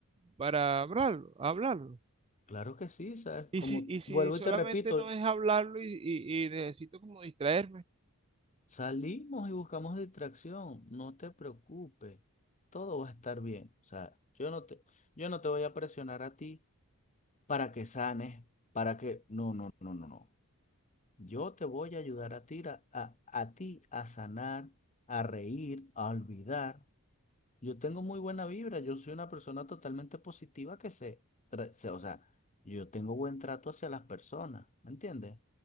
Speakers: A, on the right; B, on the left.
A: para hablarlo, hablarlo.
B: Claro que sí, ¿sabes?
A: Y
B: Como
A: si, y si
B: vuelvo
A: solamente
B: y te repito,
A: no es hablarlo y, y- y necesito como distraerme,
B: Salimos y buscamos distracción, no te preocupes, todo va a estar bien. O sea, yo no te, yo no te voy a presionar a ti para que sanes, para que... No, no, no, no, no. Yo te voy a ayudar a ti a, a, a ti a sanar, a reír, a olvidar. Yo tengo muy buena vibra, yo soy una persona totalmente positiva que se, tra- se- o sea, yo tengo buen trato hacia las personas, ¿me entiendes?